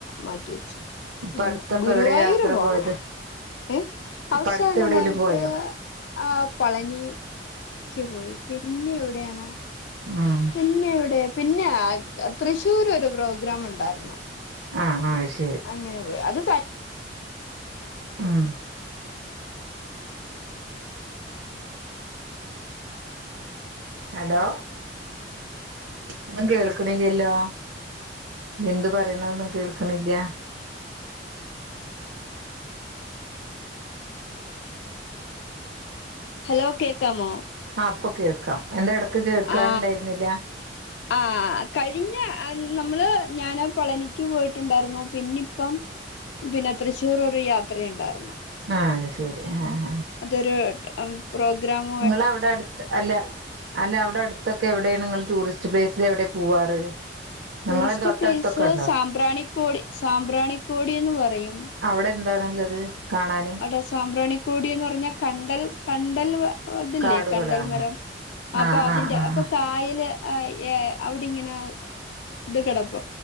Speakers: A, on the left; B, on the right.
A: മാറ്റിവെച്ചു.
B: ഇപ്പ അടുത്തപ്പ
A: ഗുരുവായൂര്
B: എവിടെയാ യാത്ര
A: പോണം.
B: പോയത്
A: ഏ
B: അപ്പ
A: അവസാനമായിട്ട്.
B: അടുത്ത് എവിടേലും പോയോ
A: ആ പളനി ക്ക് പോയി. പിന്നെ എവിടെയാണ്
B: ആഹ.
A: പിന്നെ ഇവിടെ. പിന്നെ തൃശ്ശൂര് ഒരു പ്രോഗ്രാം ഉണ്ടായിരുന്നു.
B: ആഹ ആഹ് ശരി
A: അങ്ങനെ പോയി അത്.
B: ഉം. ഹലോ. ഒന്നും കേൾക്കണില്ലല്ലോ. എന്ത് പറയണൊന്നും കേൾക്കണില്ല.
A: ഹലോ കേക്കാമോ.
B: ആ ഇപ്പൊ കേൾക്കാം എന്ത ഇടക്ക് കേൾക്കാനണ്ടായിരുന്നില്ല.
A: ആ ആ. കഴിഞ്ഞ നമ്മള് ഞാൻ പളനിക്ക് പോയിട്ടുണ്ടായിരുന്നു. പിന്നെ ഇപ്പം പിന്നെ തൃശ്ശൂർ ഒരു യാത്രയുണ്ടായിരുന്നു.
B: ആഹ അത് ശരി ആഹ.
A: അതൊരു. പ്രോഗ്രാം.
B: നിങ്ങള അവിടെ അടുത്ത് അല്ല അല്ല അവിടെ അടുത്തൊക്കെ എവിടെയാണ് നിങ്ങൾ ടൂറിസ്റ്റ്. ടൂറിസ്റ്റ് പ്ലേസൽ എവിടെയാ പോവാറ്. നിങ്ങളടെ
A: ടൂറിസ്റ്റ്
B: തൊട്ടടുത്തൊക്കെ
A: പ്ലേസ്
B: ഉണ്ടോ
A: സാമ്പ്രാണിക്കോടി സാമ്പ്രാണിക്കോടി എന്ന് പറയും.
B: അവടെ എന്താണുള്ളത് കാണാന്.
A: എടാ സാംബ്രാണിക്കൂടി എന്ന് പറഞ്ഞാൽ കണ്ടൽ. കണ്ടൽ അതില്ലേ
B: കാടുകളാണോ
A: കണ്ടൽ മരം അപ്പൊ
B: ആ
A: അതിന്റെ
B: ആ ആ
A: അപ്പൊ
B: ആ
A: കായല്. ആ ഏ അവിടിങ്ങനെ ഇത് കിടപ്പ